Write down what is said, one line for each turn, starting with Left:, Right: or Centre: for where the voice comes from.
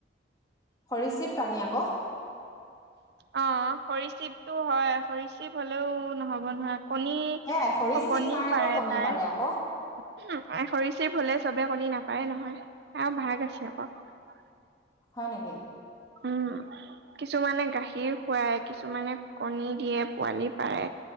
Left: হৰিশিৱ প্ৰাণীয়ে আ, ক
Right: অ, হৰি শিৱতটো হয় হৰি শিৱ হলেও নহ'ব নোৱাৰ। শকনি,
Left: সেয়াই সৰীসৃপ
Right: শকনি
Left: কাৰণেতো
Right: পাৰে
Left: কণী
Right: তাই
Left: আকৌ
Right: খৰি চি ভুললে চবে কণী নাপায়, নহয় আৰু ভাগ আছে আকৌ।
Left: হয়ানকে
Right: উম। কিছুমানে গাখীৰ খুৱায়। কিছুমানে কণী দিয়ে, পোৱালি পাৰে।